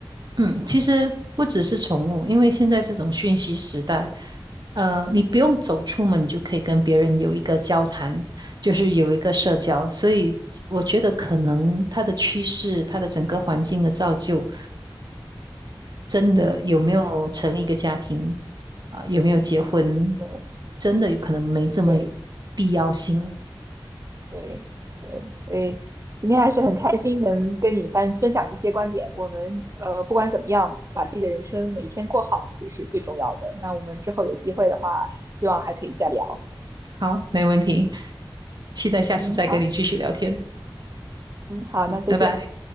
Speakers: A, on the right; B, on the right.
A: 嗯，其实不只是宠物，因为现在这种讯息时代，呃，你不用走出门，你就可以跟别人有一个交谈，就是有一个社交。
B: 嗯。
A: 所以我觉得可能它的趋势，它的整个环境的造就，真的有没有成立一个家庭，
B: 嗯，
A: 啊、有没有结婚，
B: 对
A: 真的有可能没这么有必要性了。
B: 对。对对，所以今天还是很开心能跟你分分享这些观点。我们呃，不管怎么样，把自己的人生每天过好，其实是最重要的。那我们之后有机会的话，希望还可以再聊。
A: 好，没问题，期待下次再跟你继续聊天，
B: 嗯，好，嗯，好，那再见。
A: 拜拜。